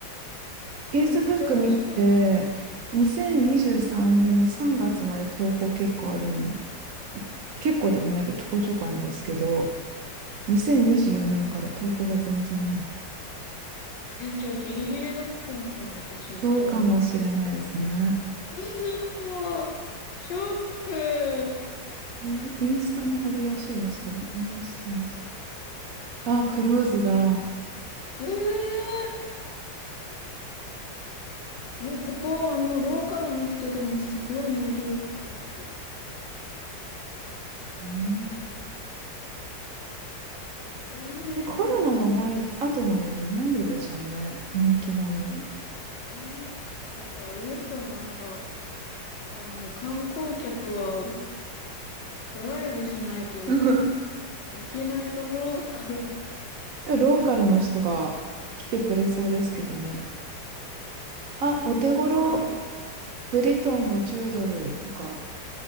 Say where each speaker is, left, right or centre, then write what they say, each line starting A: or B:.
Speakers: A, on the right; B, on the left.
A: Facebook
B: めっちゃ美味しかった。
A: 見て、2023年の3月まで投稿結構あるん、結構でもないけどちょこちょこあるんですけど、2024年から投稿が全然ない。
B: えー、じゃあギリギリだったのかな私行ったの。
A: そうかもしれないですね。
B: うさショック。
A: えインスタもあるらしいですけど、インスタ、インスタ。あ、クローズだ。
B: ええー、いや、ここ、あの、ローカルの人でもすごい人気だったんですよ。
A: うん
B: 残念。
A: でコロナの前、後なのになんででしょうね。人気なのに。
B: うん、やっぱあれですかね、なんか、あの、観光客はドライブしないと
A: <laughs>
B: いけないところだから、
A: でローカルの人が来てくれそうですけどね。あ、
B: うん、
A: お手頃、
B: ローカルの人とか。
A: ブリトーも10ドルとか、